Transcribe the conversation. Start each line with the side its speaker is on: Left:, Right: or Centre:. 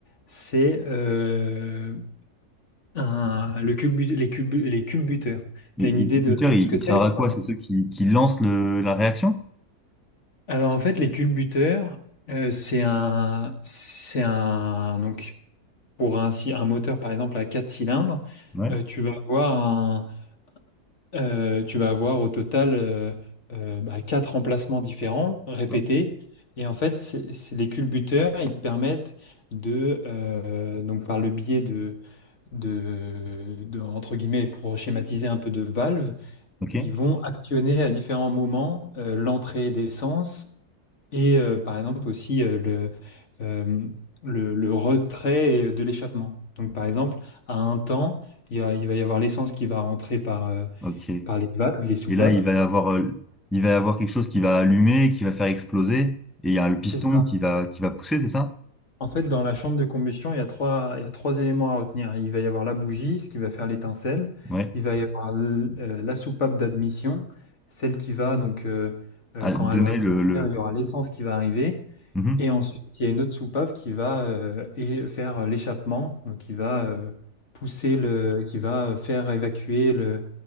Left: c'est euh, un- le culbu- les, culbu- les culbuteurs.
Centre: et
Left: Tu as
Centre: le
Left: une idée de
Centre: moteur, il,
Left: ce que
Centre: il
Left: c'est
Centre: sert
Left: ou
Centre: à
Left: pas?
Centre: quoi? C'est ceux qui, qui lancent le, la réaction?
Left: Alors en fait, les culbuteurs, euh, c'est un, c'est un, donc pour un, si- un moteur par exemple à 4 cylindres,
Centre: Ouais.
Left: euh, tu vas avoir Euh, tu vas avoir au total euh, euh, bah, quatre remplacements différents, répétés.
Centre: Ouais.
Left: Et en fait, c'est, c'est- les culbuteurs, ils te permettent de, euh, donc par le biais de, de, de- entre guillemets, pour schématiser un peu de valves,
Centre: Ok.
Left: ils vont actionner à différents moments euh, l'entrée d'essence et euh, par exemple aussi euh, le, euh, le, le retrait de l'échappement. Donc par exemple, à un temps, il y a- il va y avoir l'essence qui va rentrer par euh,
Centre: Ok. Et
Left: par les valves, les soupapes.
Centre: là, il va y avoir, euh, il va y avoir quelque chose qui va allumer, qui va faire exploser. Et il y a le piston
Left: C'est ça.
Centre: qui va, qui va pousser, c'est ça?
Left: En fait, dans la chambre de combustion, il y a trois, il y a trois éléments à retenir. Il va y avoir la bougie, ce qui va faire l'étincelle.
Centre: Ouais.
Left: Il va y avoir l- euh, la soupape d'admission, celle qui va, donc, euh, euh,
Centre: À
Left: quand
Centre: donner
Left: elle va
Centre: le,
Left: s'ouvrir,
Centre: le...
Left: il y aura l'essence qui va arriver.
Centre: Mhm.
Left: Et ensuite, il y a une autre soupape qui va euh, é- faire l'échappement, donc qui va euh, pousser le, qui va faire évacuer le,